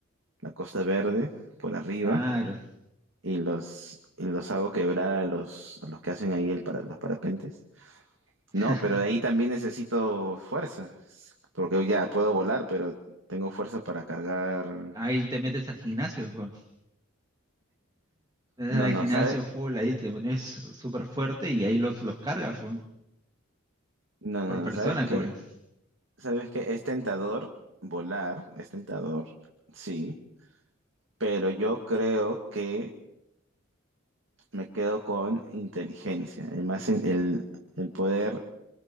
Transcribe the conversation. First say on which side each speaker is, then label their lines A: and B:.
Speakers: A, on the right; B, on the right.
A: la Costa Verde por arriba
B: claro.
A: y los y los hago quebrar a los a los que hacen ahí el para, los parapentes.
B: <laughs>
A: No, pero de ahí también necesito fuerza, porque ya puedo volar, pero tengo fuerza para cargar.
B: Ahí te metes al gimnasio, fue. Te metes
A: No,
B: al
A: no,
B: gimnasio
A: ¿sabes?
B: full, ahí te pones súper fuerte y ahí los, los cargas, fue.
A: No, no,
B: Por persona
A: no, ¿sabes qué?
B: cobras.
A: Sabes que es tentador volar, es tentador, sí, pero yo creo que me quedo con inteligencia, el más in- el, el poder